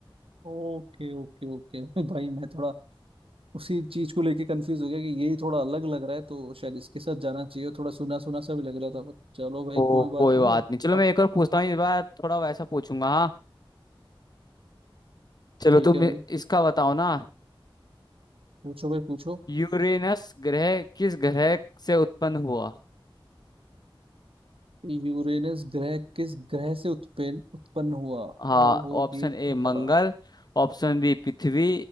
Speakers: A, on the right (about 80°); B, on the left (about 45°).
A: ओके ओके ओके <laughs> भाई मैं थोड़ा उसी चीज को लेके कंफ्यूज हो गया कि यही थोड़ा अलग लग रहा है तो शायद इसके साथ जाना चाहिए थोड़ा सुना सुना सा भी लग रहा था बट चलो भाई
B: ओ
A: कोई बात
B: कोई
A: नहीं
B: बात
A: अब
B: नहीं चलो
A: अब
B: मैं एक और पूछता हूँ इस बार थोड़ा वैसा पूछूंगा हाँ चलो
A: ठीक
B: तुम
A: है भाई
B: इसका बताओ ना
A: पूछो भाई पूछो
B: यूरेनस ग्रह किस ग्रह से उत्पन्न हुआ
A: यूरेनस ग्रह किस ग्रह से उत्पन्न उत्पन्न हुआ
B: हाँ
A: ओहो
B: ऑप्शन
A: ये तो
B: ए मंगल
A: पड़ा
B: ऑप्शन बी पृथ्वी